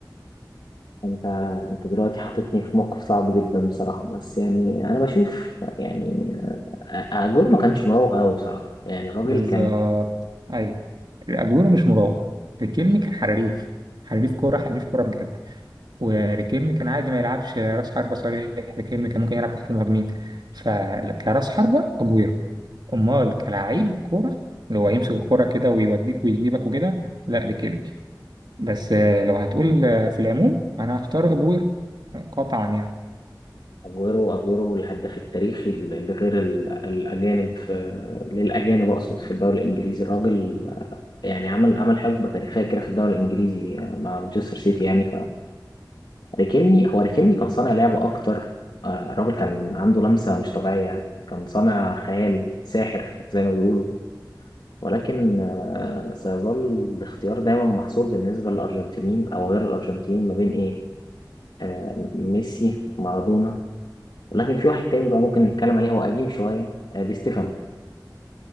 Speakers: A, on the left; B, on the right.
A: انت انت دلوقتي حاططني في موقف صعب جدا بصراحه بس يعني انا بشوف يعني أ- اجويرو ما كانش مراوغ قوي بصراحه يعني الراجل
B: بالظبط
A: كان
B: ايوه اجويرو مش مراوغ الكلمة كان حريف حريف كورة حريف كورة بجد وريكيرمي كان عادي ما يلعبش راس حربة صريح ريكيرمي كان ممكن يلعب تحت المهاجمين فكراس حربة أجويرو أمال كلاعب كورة اللي هو يمسك الكورة كده ويوديك ويجيبك وكده لا ريكيرمي بس آه، لو هتقول آه، في العموم أنا هختار أجويرو قطعا يعني
A: اجويرو اجويرو الهداف التاريخي ل- لغير ال- الاجانب في للاجانب اقصد في الدوري الانجليزي الراجل يعني عمل عمل حقبه تاريخيه كده في الدوري الانجليزي مع مانشستر سيتي يعني ريكيلمي هو ريكيلمي كان صانع لعبة أكتر آه، الراجل كان عنده لمسة مش طبيعية يعني كان صانع خيالي ساحر زي ما بيقولوا ولكن آه، سيظل الاختيار دايما محصور بالنسبة للأرجنتينيين أو غير الأرجنتينيين ما بين إيه آه، ميسي مارادونا ولكن في واحد تاني بقى ممكن نتكلم عليه هو قديم شوية آه، دي ستيفانو